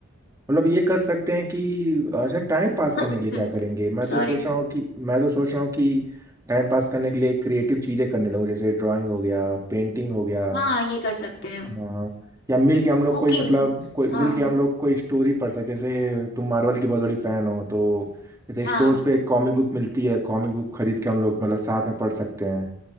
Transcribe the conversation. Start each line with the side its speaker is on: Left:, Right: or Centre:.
Right: मतलब ये कर सकते हैं कि अच्छा टाइम पास
Left: <laughs>
Right: करने के लिए क्या करेंगे मैं तो
Left: सॉरी
Right: सोच रहा हूँ कि मैं तो सोच रहा हूँ कि टाइम पास करने के लिए क्रिएटिव चीजें करने लगूँ जैसे ड्राइंग हो गया पेंटिंग हो गया
Left: हाँ ये कर सकते हैं
Right: हाँ या मिल के हम लोग
Left: कुकिंग
Right: कोई मतलब कोई मिल
Left: हाँ
Right: के हम लोग कोई स्टोरी पढ़ सकते हैं जैसे तुम मार्वल की बहुत बड़ी फैन हो तो जैसे
Left: हाँ
Right: स्टोर्स पे कॉमिक बुक मिलती है कॉमिक बुक खरीद के हम लोग मतलब साथ में पढ़ सकते हैं